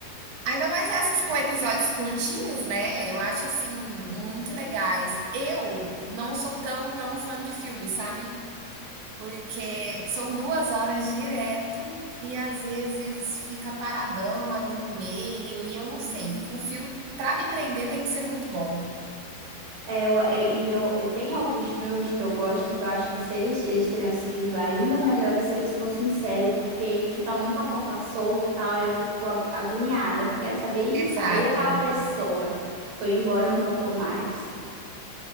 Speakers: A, on the right; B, on the right.
A: Ainda mais essas com episódios curtinhos, né? Eu acho assim muito legais. Eu não sou tão, tão fã de filme, sabe? porque são duas horas direto e às vezes fica paradão ali no meio e eu não sei.
B: Hum.
A: Um filme para me prender tem que ser muito bom.
B: É, eu, é, e eu, eu tenho alguns filmes que eu gosto que eu acho que se eles, eles teriam seguido ainda melhor se eles fossem em série, porque fica muita ponta solta e tal, aí eu fico a- agoniada, querendo saber, e
A: Exato.
B: tá, e aquela pessoa foi embora e não voltou mais.